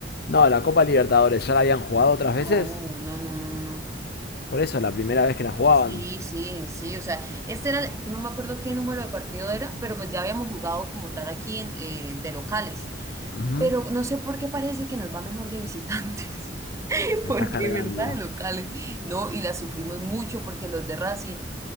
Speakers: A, on the left (about 55°); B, on the right (about 15°).
A: No, la Copa Libertadores, ¿ya la habían jugado otras veces?
B: No, no, no, no, no. no.
A: Por eso, la primera vez que la jugaban.
B: Sí, sí, sí, o sea, este era, el- no me acuerdo qué número de partido era, pero pues ya habíamos jugado como tal aquí en, eh, de locales.
A: Ujú.
B: Pero no sé por qué parece que nos va mejor de visitantes.
A: Me
B: Porque,
A: estás cargando.
B: ¿verdad? De locales. No, y la sufrimos mucho porque los de Racing.